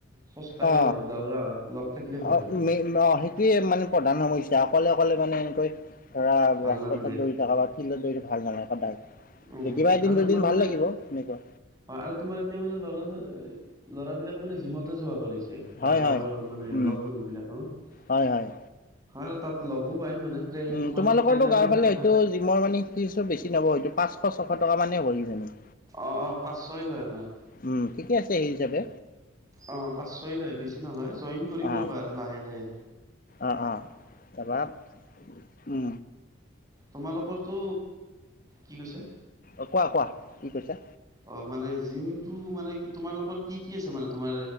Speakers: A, on the right (about 15°); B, on the left (about 45°).
A: খোজকাঢ়ি
B: অ
A: আহক, দাউৰা আহক লগ থাকিলে ভাল
B: অ
A: লাগে।
B: মে অ সেইটোৱে মানে প্ৰধান সমস্যা অকলে অকলে মানে এনেকৈ ধৰা
A: ভাল
B: ৰাজপথত
A: নালাগে
B: দৌৰি থকা বা ফিল্ডত দৌৰি ভাল নালাগে সদায়
A: উম
B: কেতিয়াবা এদিন
A: আৰু
B: দুদিন
A: তোমাৰ
B: ভাল
A: মানে
B: লাগিব সেনেকুৱা
A: অ', আৰু তোমাৰ এতিয়া মানে ল'ৰা ল'ৰাবলাকে মানে জিমতে যোৱা কৰিছে। প্ৰায়
B: হয়
A: গাঁৱৰ
B: হয়
A: মানে
B: উম
A: লগ বন্ধু বিলাক হ
B: হয় হয়
A: আৰু তাত লগো পায় মানে
B: উম
A: তোমাৰ
B: তোমালোকৰ
A: ট্ৰেইনাৰো
B: গাঁৱৰ তো
A: থাকে
B: ফালেতটো
A: তাত
B: জিমৰ মানে কি চ বেছি নহব হয়তটো পাঁচ এশ ছশ টকা মানেই হ'ব কিজানি
A: অ', অ', পাঁচ ছয় লয় আমাক
B: উম, ঠিকে আছে সেই হিচাপে
A: অ', পাঁচ ছয় লয় বেছি নলয় জইন কৰিম
B: অ,
A: ৰবা আৰু লাহে -লাহে
B: অ' অ' তাৰপৰা উ
A: তোমালোকৰটো কি কৈছে
B: অ', কোৱা-কোৱা কি কৈছা
A: অ', মানে জিমটো মানে কি তোমালোকৰ কি কি আছে মানে তোমাৰ